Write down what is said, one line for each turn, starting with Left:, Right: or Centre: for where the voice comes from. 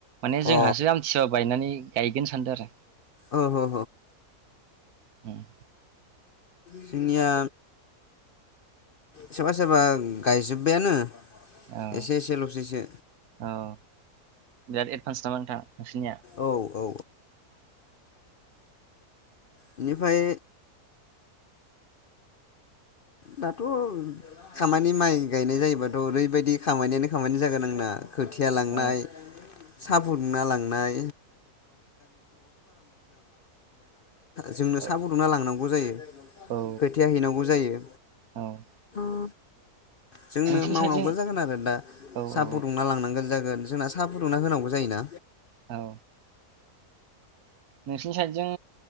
Right: माने जोंहासो
Left: अ
Right: आमथिसुवा बायनानै गायगोन सानदो आरो।
Left: अ अ अ।
Right: हम
Left: जोंनिया सोरबा सोरबा गायजोब्बायानो
Right: औ
Left: एसे एसेल'सैसो
Right: औ बिराद एडभान्स नामा नोंथां नोंसिोरनिया
Left: औ औ बेनिफाय दाथ' खामानि माइ गायनाय जायोबाथ' ओरैबायदि खामानियानो खामानि जागोन आंना खोथिया लांनाय
Right: औ
Left: सा फुदुंना लांनाय <inaudible> जोंनो
Right: औ
Left: सा फुदुंना लांनांगौ गौ जायो।
Right: औ
Left: खोथिआ हैनांगौ जायो
Right: औ।
Left: औ। जोंनो
Right: नोंसिनि
Left: मावनांगौ
Right: साइडजों
Left: जागोन आरो दा
Right: औ
Left: साहा
Right: औ
Left: फुदुंना लांनांगो जागोन जोंना सा फुदुंना होनांगौ जायो ना
Right: औ नोंसिनि साइदजों